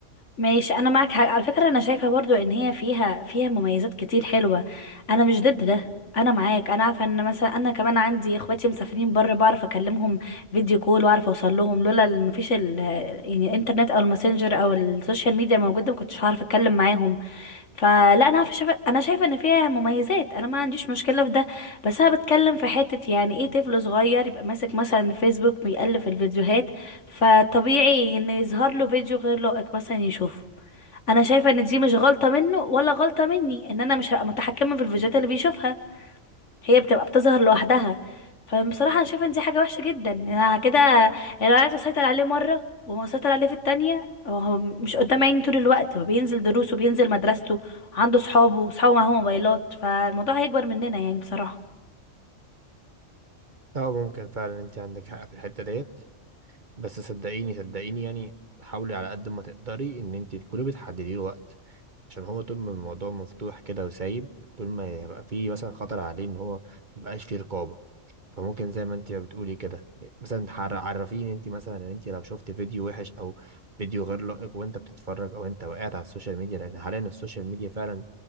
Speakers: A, on the left; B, on the right.
A: ماشي انا معاك حاجة. على فكره انا شايفه برضو ان هي فيها فيها مميزات كتير حلوه انا مش ضد ده انا معاك انا عارفه ان مثلا انا كمان عندي اخواتي مسافرين بره بعرف اكلمهم فيديو كول واعرف اوصل لهم لولا ال- مفيش ال يعني الانترنت او الماسنجر او السوشيال ميديا موجوده ما كنتش هعرف اتكلم معاهم فلا انا عارفه شايفه انا شايفه ان فيها مميزات انا ما عنديش مشكله في ده بس انا بتكلم في حته يعني ايه طفل صغير يبقى ماسك مثلا فيسبوك بيقلب في الفيديوهات فطبيعي ان يظهر له فيديو غير لائق مثلا يشوفه انا شايفه ان دي مش غلطه منه ولا غلطه مني ان انا مش هبقى متحكمه في الفيديوهات اللي بيشوفها هي بتبقى بتظهر لوحدها فبصراحه انا شايفه ان دي حاجه وحشه جدا إن انا كده انا عايزه اسيطر عليه مره وما اسيطر عليه في التانية وهو مش قدام عيني طول الوقت هو بينزل دروسه بينزل مدرسته عنده صحابه صحابه معاهم موبايلات فالموضوع هيكبر مننا يعني بصراحه
B: اه ممكن فعلا انت عندك حق في الحتة ديت بس صدقيني صدقيني يعني حاولي على قد ما تقدري ان انت تكوني بتحددي له وقت عشان هو طول ما الموضوع مفتوح كده وسايب طول ما يبقى فيه مثلا خطر عليه ان هو مبقاش فيه رقابة فممكن زي ما انت بتقولي كده مثلا تحر- عرفيه ان انت مثلا ان انت لو شفت فيديو وحش او فيديو غير لائق وانت بتتفرج او انت وقعت على السوشيال ميديا لان حاليا السوشيال ميديا فعلا